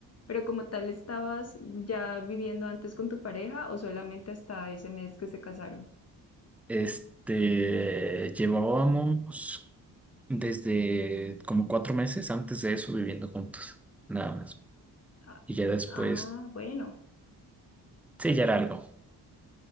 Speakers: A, on the left (about 35°); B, in the centre.
A: pero como tal, ¿estabas ya viviendo antes con tu pareja o solamente hasta ese mes que se casaron?
B: este, llevábamos desde como cuatro meses antes de eso viviendo juntos. Nada más.
A: Ah,
B: y ya después
A: ah, bueno.
B: sellar algo.